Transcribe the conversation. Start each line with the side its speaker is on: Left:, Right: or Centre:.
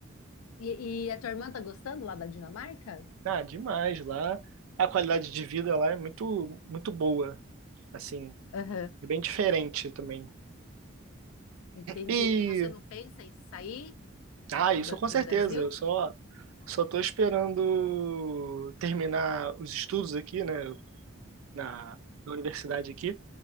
Left: E, e a tua irmã tá gostando lá da Dinamarca?
Right: Ah, demais lá. A qualidade de vida lá é muito, muito boa, assim,
Left: Aham.
Right: e bem diferente também.
Left: Entendi.
Right: E,
Left: E você não pensa em sair do,
Right: ah, isso
Left: Bra-
Right: com
Left: do
Right: certeza.
Left: Brasil?
Right: Eu só, só tô esperando terminar os estudos aqui, né, na, na universidade aqui,